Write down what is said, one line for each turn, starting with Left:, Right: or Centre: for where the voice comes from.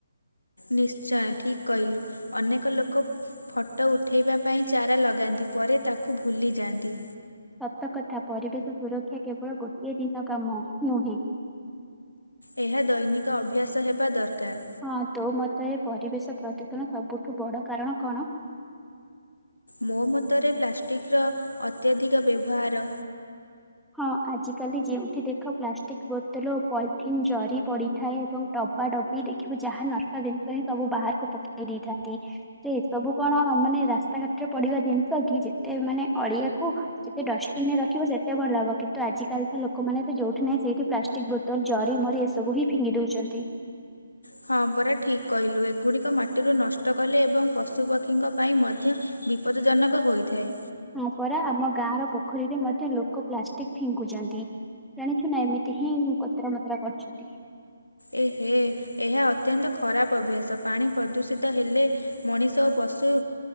Left: ନିଶ୍ଚୟ ଠିକ କହିଲୁ ଅନେକ ଲୋକ ଫଟୋ ଉଠାଇବା ପାଇଁ ଚାରା ଲଗାନ୍ତି ପରେ ତାକୁ ଭୁଲିଯାଆନ୍ତି।
Centre: ସତକଥା ପରିବେଶ ସୁରକ୍ଷା କେବଳ ଗୋଟିଏ ଦିନ କାମ ହଁ ନୁହେଁ।
Left: ଏହା ଦୈନିକ ଅଭ୍ୟାସ ହେବା ଦରକାର।
Centre: ହଁ ତୋ ମତ ଏ ପରିବେଶ ପ୍ରଦୂଷଣ ସବୁଠୁ ବଡ କାରଣ କଣ?
Left: ମୋ ମତରେ ପ୍ଲାଷ୍ଟିକ୍ର ଅତ୍ୟଧିକ ବ୍ୟବହାର।
Centre: ହଁ ଆଜିକାଲି ଯେଉଁଠି ଦେଖ ପ୍ଲାଷ୍ଟିକ ବୋତଲ ପଲିଥିନ୍ ଜରି ପଡି ଥାଏ ଏବଂ ଡବା ଡବି ଦେଖିବୁ ଯାହା ନାସ୍ତା ଜିନିଷ ହିଁ ସବୁ ବାହାରକୁ ପକେଇ ଦେଇଥାନ୍ତି। ଯେ ଏ ସବୁ କଣ ମାନେ ରାସ୍ତାଘାଟରେ ପଡିବା ଜିନିଷ କି ଯେତେ ମାନେ ଅଳିଆକୁ ଯେତେ ଡଷ୍ଟବିନ ରେ ରଖିବ ସେ ଏତେ ଭଲ ହବ କିନ୍ତୁ ଆଜିକାଲିର ଲୋକମାନେ ତ ଯୋଉଠି ନାହିଁ ସେଇଠି ପ୍ଲାଷ୍ଟିକ ବୋତଲ ଜରି ମରି ଏସବୁ ହିଁ ଫିଙ୍ଗି ଦଉଛନ୍ତି।
Left: ହଁ ପରା ଠିକ୍ କହିଲୁ। ଏଗୁଡ଼ିକ ମାଟିରୁ ନଷ୍ଟ କଲେ ଏବଂ ପଶୁ ପକ୍ଷୀଙ୍କ ପାଇଁ ମଧ୍ୟ ବିପଦଜନକ ହୋଇଥାଏ।
Centre: ହ ପରା ଆମ ଗାଁ ର ପୋଖରୀରେ ମଧ୍ୟ ଲୋକ ପ୍ଲାଷ୍ଟିକ ଫିଙ୍ଗୁଛନ୍ତି। ଜାଣିଛୁ ନା ଏମିତି ହିଁ କୋତରା ମତରା କରୁଛନ୍ତି।
Left: ଏହେ ଏହା ଅତ୍ୟନ୍ତ ଖରାପ ଅଭ୍ୟାସ ପାଣି ପ୍ରଦୂଷିତ ହେଲେ ମଣିଷ ଓ ପଶୁ